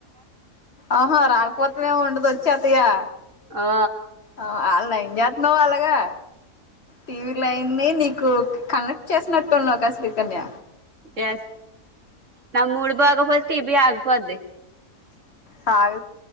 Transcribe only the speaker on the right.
ఆ
యస్ నాకు మూడ్ బాగోపోతే టీవీ ఆగిపోద్ది